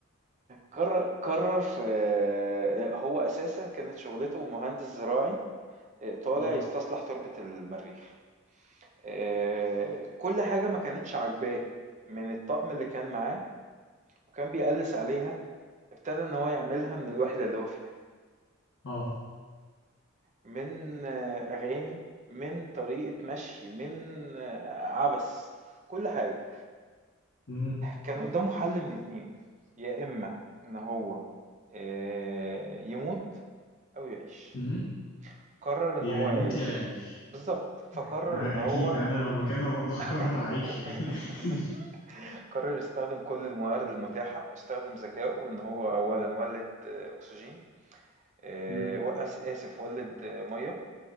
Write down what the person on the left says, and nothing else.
اه
اه
امم
امم
يا
يموت
يا يعيش
<laughs> اكيد
انا لو مكانه برضه هقرر
اعيش يعني <laughs>
مم.